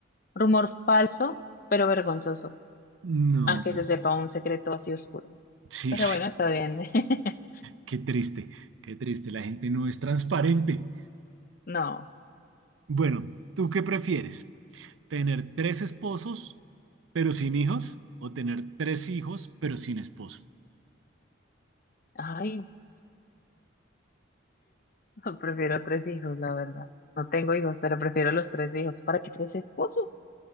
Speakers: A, on the left; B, on the right.
A: rumor falso pero vergonzoso,
B: No.
A: a que se sepa un secreto así oscuro.
B: sí,
A: Pero
B: <laughs>
A: bueno, está bien. <laughs>
B: qué triste, qué triste. La gente no es transparente.
A: No.
B: Bueno, ¿tú qué prefieres? ¿Tener tres esposos pero sin hijos o tener tres hijos pero sin esposo?
A: Ay, no, prefiero tres hijos, la verdad. No tengo hijos, pero prefiero los tres hijos. ¿Para qué tres esposos?